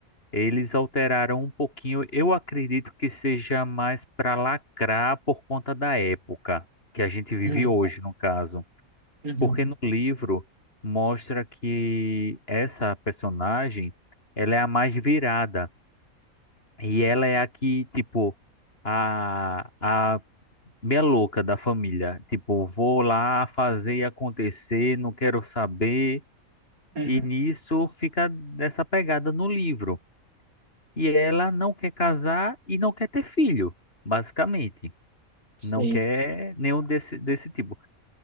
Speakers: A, on the left (about 45°); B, on the right (about 85°).
A: Eles alteraram um pouquinho, eu acredito que seja mais para lacrar por conta da época que a gente vive
B: Uhum.
A: hoje, no caso.
B: Uhum.
A: Porque no livro mostra que essa personagem, ela é a mais virada e ela é a que, tipo, a a meia louca da família, tipo, vou lá fazer e acontecer, não quero saber,
B: Uhum.
A: e nisso fica dessa pegada no livro. E ela não quer casar e não quer ter filho, basicamente.
B: Sim.
A: Não quer nenhum desse, desse tipo.